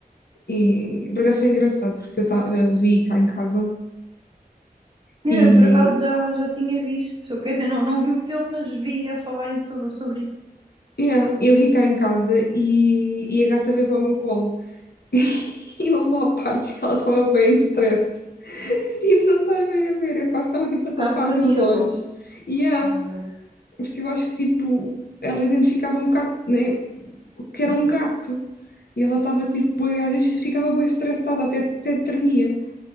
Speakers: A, on the left; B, on the right.
A: E por acaso foi engraçado porque eu tava, vi cá em casa
B: Eu,
A: e
B: por acaso, já, já tinha visto. Quer dizer, não, não vi o filme, mas vi a falarem sobre, sobre isso.
A: yeah, eu vi cá em casa e, e a gata veio para o meu colo. <laughs> E houve lá partes que ela estava bem em stress. <laughs> Tipo, não estás bem a ver, eu quase estava tipo a tapar-lhe
B: Por causa daquilo.
A: os olhos. E yeah,
B: Ai, meu Deus.
A: porque eu acho que tipo, ela identificava um bocado, né, o que era um gato. E ela estava tipo, bué, às vezes ficava bem estressada, até, até tremia.